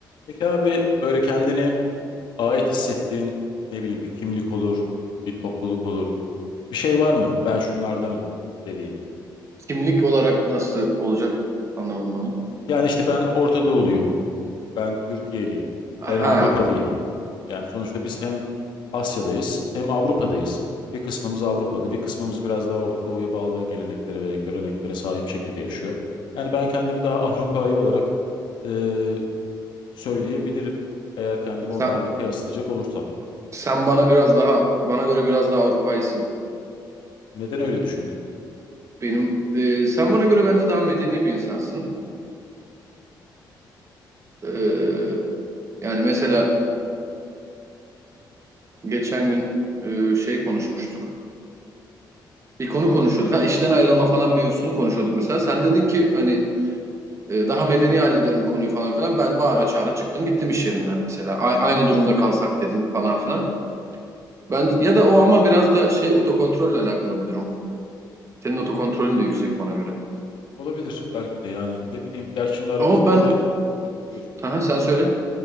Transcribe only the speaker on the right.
Kimlik olarak nasıl olacak anlamadım onu.
Aha,
sen,
sen bana biraz daha, bana göre biraz daha Avrupaysın.
Benim, e, sen bana göre bence daha medeni bir insansın. E, yani mesela geçen gün e, şey konuşmuştuk. Bir konu konuşuyorduk. Ha, işten ayrılma falan mevzusunu konuşuyorduk mesela. Sen dedin ki hani e, daha medeni hallederim konuyu falan filan. Ben bağıra çağıra çıktım gittim iş yerinden mesela. A- aynı durumda kalsak dedin falan filan. Ben, ya da o ama biraz da şey otokontrolle alakalı bir durum. Senin otokontrolün de yüksek bana göre.
Ama ben,
aha, sen söyle.